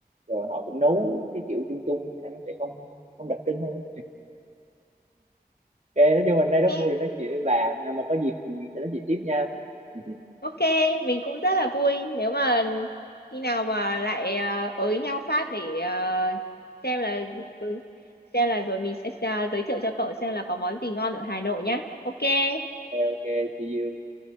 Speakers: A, on the right; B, on the left.
A: rồi họ cũng nấu cái kiểu chung chung ăn nó sẽ không không đặc trưng hơn ok nói chung mình
B: Ok
A: đây rất vui được nói chuyện với bạn nào mà có dịp thì sẽ nói chuyện tiếp nha <laughs>
B: Ok, mình cũng rất là vui nếu mà khi nào mà lại ờ, ới nhau phát để ờ, xem là ừ, xem là rồi mình sẽ ờ, giới thiệu cho cậu xem là có món gì ngon ở Hà Nội nhá. Ok,
A: ok ok see you